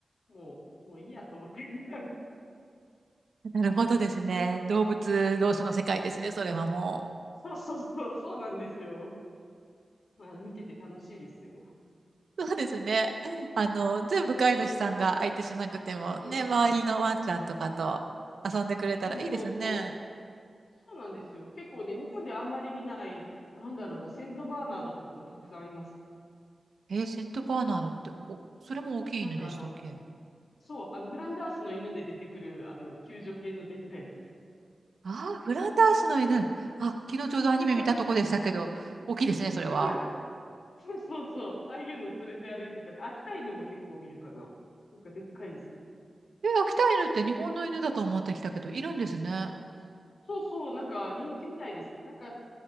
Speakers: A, on the left; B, on the right.
A: もう、もういいやと思って。<laughs>
B: なるほどですね。動物同士の世界ですね、それはも
A: そうそうそう、そうなんですよ。まあ見てて楽しいですよ。
B: う。<laughs> そうですね。<laughs> あの、全部飼い主さんが相手しなくても、
A: ね、うん。
B: ね、周りのワンちゃんとかと遊んでくれたらいいですね。
A: そうそうそう。そうなんですよ。結構ね、日本であんまり見ない、なんだろうな、セントバーナードとかもたくさんいます。
B: えー、セットバーナードって、お、それも大きい犬でしたっけ
A: なんかあの、そう、あの、フランダースの犬で出てくる、あの、救助犬のでっかいやつです。
B: ああー、フランダースの犬。あ、昨日ちょうどアニメ見たとこでしたけど、
A: <laughs>
B: 大きいですね、それは。
A: すごい。そうそうそう。ああいうの連れて歩いてたり、秋田犬も結構見るかな。なんかでっかいですよ。
B: え、秋田犬って日本の犬だと思ってきたけど、いるんですね。
A: あそうそう、なんか人気みたいです。なんか、なん